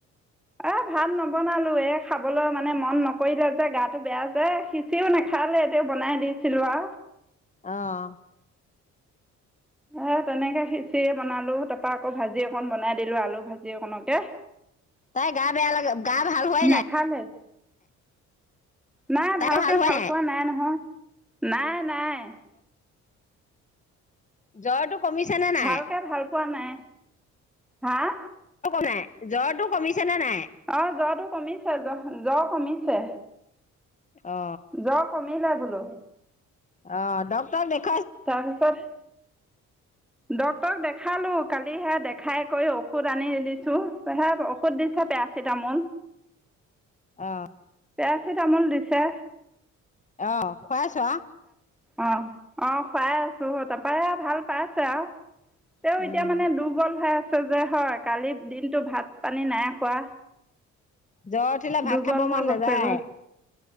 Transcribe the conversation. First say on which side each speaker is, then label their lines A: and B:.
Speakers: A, in the centre; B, on the left.
A: এ', ভাত নবনালো এ', খাবলৈ মানে মন নকৰিলে যে', গাতো বেয়া যে', খিচি তেওঁ‌ নাখালে, তেওঁ বনাই দি ছিলোৱা,
B: আহ',
A: এ', তেনেকে খিচিৰি বনালোঁ। আলু তাৰপা আকৌ ভাজি অকণ বনাই দিলোঁ‌, আলু ভাজি অকনকে
B: তাই গা-বেয়া লাগে। গা-ভাল হোৱাই
A: নাখালে
B: নাই।
A: নাই',
B: তাই
A: ভালকে
B: গা হোৱাই
A: ভাল পোৱা নাই নহয়। নাই, নাই,
B: জ্বৰতো, কমিছে নে নাই,
A: ভালকে ভাল পোৱা নাই হা',
B: নাই জ্বৰটো কমিছে নে', নাই?
A: অ', জ্বৰটো কমিছে, জ্বৰ কমিছে।
B: অ
A: জ্বৰ কমিলে বোলো।
B: অ', ডক্টৰ দেখ,
A: তাৰপিছত, ডক্টৰক দেখালোঁ‌। কালিহে দেখাই কৰি ঔষধ আনি দিছো, তেহে ঔষধ দিছে পেৰাচিটামল।
B: অহ',
A: পেৰাচিটামল দিছে।
B: অহ', খুৱাই আছো অহ',
A: অ', -অ', খুৱাই আছো তাৰপৰা ভাল পাইছে আৰু। তেওঁ
B: উম
A: এতিয়া মানে দুৰ্বল হৈ আছে। এইযে, হয় কালি দিনটো ভাত-পানী নাই খোৱা,
B: জ্বৰ উঠিলে ভাত
A: দুৰ্বল
B: খাব
A: হৈ
B: মন
A: গৈছেগৈ
B: নাযায়,